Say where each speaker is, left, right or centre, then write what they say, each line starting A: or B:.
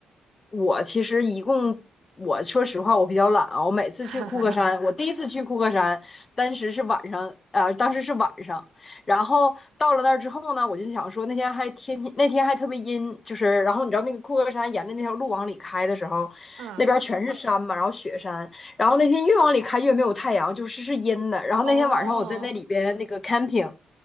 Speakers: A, on the left; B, on the right.
A: 我其实一共，我说实话，我比较懒啊。我每次去库克山，
B: <laughs>
A: 我第一次去库克山，当时是晚上，啊、当时是晚上。然后到了那儿之后呢，我就想说，那天还天天，那天还特别阴，就是，然后你知道那个库克山沿着那条路往里开的时候，
B: 嗯，
A: 那边全是山嘛，然后雪山。然后那天越往里开越没有太阳，就是是阴的。然后那天晚上我在那里边那个
B: 哦，
A: camping，